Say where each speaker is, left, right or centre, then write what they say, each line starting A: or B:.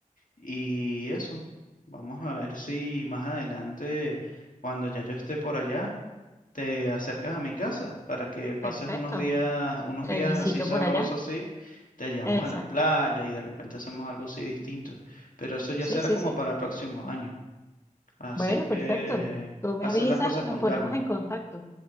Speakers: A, on the left; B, on the left.
A: Y eso, vamos a ver si más adelante, cuando ya yo esté por allá, te acercas a mi casa para que pases
B: Perfecto.
A: unos días, unos
B: Te
A: días
B: visito
A: así sabrosos,
B: por allá.
A: así. Te llevamos
B: Exacto.
A: a la playa y de repente hacemos algo así distinto. Pero eso ya
B: Sí,
A: será
B: sí,
A: como
B: sí.
A: para el próximo año. Así
B: Bueno,
A: que
B: perfecto. Tú me
A: hacer
B: avisas
A: las cosas
B: y nos
A: con
B: ponemos
A: calma.
B: en contacto.